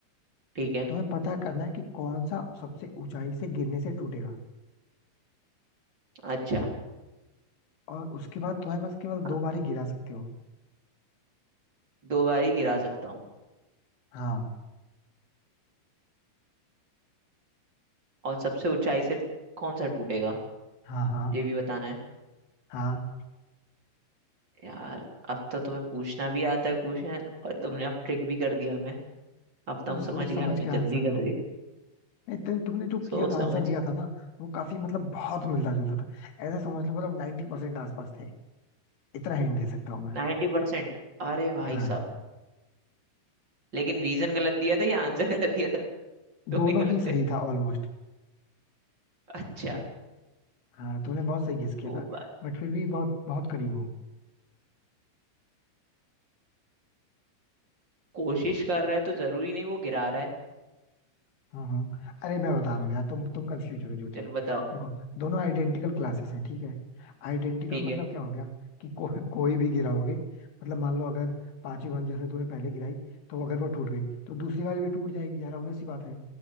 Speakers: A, on the right; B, on the left.
A: ठीक है
B: तुम्हें पता करना है कि कौन सा सबसे ऊंचाई से गिरने से टूटेगा
A: अच्छा
B: और उसके बाद तुम्हारे पास केवल
A: अ,
B: दो बार ही गिरा सकते हो
A: दो बारी गिरा सकता हूँ
B: हाँ
A: और सबसे ऊंचाई से कौन सा टूटेगा
B: हाँ हाँ
A: ये भी बताना है
B: हाँ
A: यार अब तो तुम्हें पूछना भी आता है क्वेश्चन और तुमने अब ट्रिक भी कर दिया हमें अब तो
B: बस
A: हम
B: सोच
A: समझ गए
B: समझ
A: हमने
B: के
A: जल्दी
B: आंसर
A: कर
B: दो
A: दी
B: नहीं, तुम- तुमने जो
A: सोच
B: किया था
A: समझ
B: आंसर दिया था ना वो काफी मतलब बहुत मिलता जुलता था ऐसा समझ लो मतलब 90% परसेंट आसपास थे इतना हिंट दे सकता हूँ मैं
A: नाइन्टी परसेंट अरे भाई
B: हाँ
A: साहब लेकिन रीजन गलत दिया था या आंसर गलत दिया था दोनों
B: दोनों
A: गलत
B: ही सही
A: थे
B: था ऑलमोस्ट
A: अच्छा
B: हाँ तुमने बहुत सही गेस किया
A: दो
B: था
A: बार
B: बट फिर भी बहुत बहुत करीब हो
A: कोशिश कर रहा है तो जरूरी नहीं वो गिरा रहा है
B: हाँ हाँ अरे मैं बता रहा हूँ यार तुम तुम कंफ्यूज हो गए झूठे
A: चलो
B: में
A: बताओ
B: देखो दोनों आइडेंटिकल क्लासेस हैं ठीक है आइडेंटिकल
A: ठीक
B: मतलब
A: है
B: क्या हो गया कि को, कोई भी गिराओगे मतलब मान लो अगर पांचवी मंजिल से तूने पहले गिराई तो अगर वो टूट गई तो दूसरी वाली भी टूट जाएगी यार obvious सी बात है